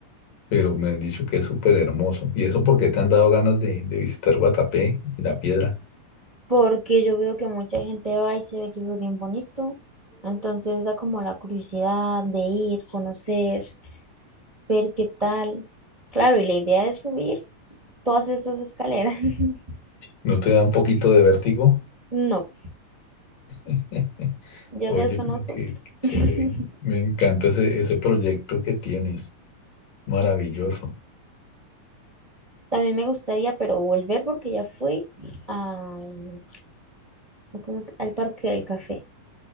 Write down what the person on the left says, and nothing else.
pero me han dicho que es súper hermoso. ¿Y eso por qué te han dado ganas de, de visitar Guatapé y la piedra?
¿No te da un poquito de vértigo?
<laughs>
Oye,
pero
qué, qué
chévere. Me encanta ese, ese proyecto que tienes. Maravilloso.